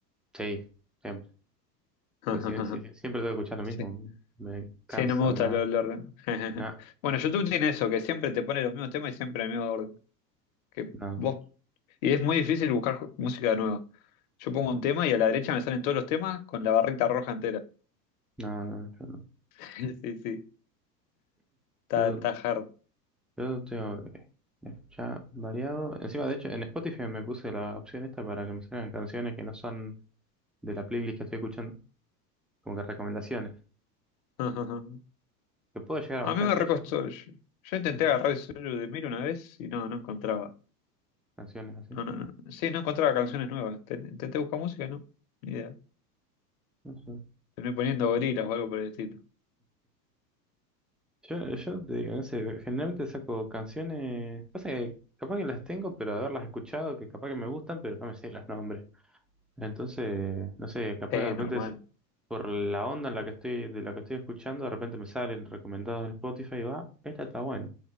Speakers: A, in the centre; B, on the left.
A: Sí, siempre.
B: <laughs>
A: Pues si, si- si siempre tengo que escuchar lo
B: Sí.
A: mismo. Me canso,
B: Sí, no me gusta
A: no.
B: el el orden. <laughs>
A: No,
B: Bueno, YouTube tiene eso, que siempre te pone los mismos temas y siempre el mismo orden. que
A: no,
B: vos... Y es muy difícil buscar ju- música nueva. Yo pongo un tema y a la derecha me salen todos los temas con la barrita roja entera.
A: no, no, yo no.
B: <laughs> Sí, sí, está,
A: Yo,
B: está hard.
A: yo tengo que escuchar variado. Encima, de hecho, en Spotify me puse la opción esta para que me salgan canciones que no son de la playlist que estoy escuchando, como que recomendaciones,
B: <laughs>
A: que puedo llegar a
B: A
A: bancar
B: mí me
A: aquello,
B: recostó. Yo, yo intenté
A: ¿viste?
B: agarrar el solo de Miro una vez y no, no encontraba.
A: canciones así.
B: No, no, no. Sí, no encontraba canciones nuevas. Te- Intenté buscar música, no. Ni idea.
A: No sé.
B: Terminé poniendo gorilas o algo por el estilo.
A: Yo, yo te digo, no sé, generalmente saco canciones, pasa que capaz que las tengo, pero de haberlas escuchado, que capaz que me gustan, pero no me sé los nombres. Entonces, no sé, capaz
B: Eh,
A: que de repente
B: normal.
A: es- por la onda en la que estoy, de la que estoy escuchando, de repente me salen recomendados en Spotify y va, esta está buena.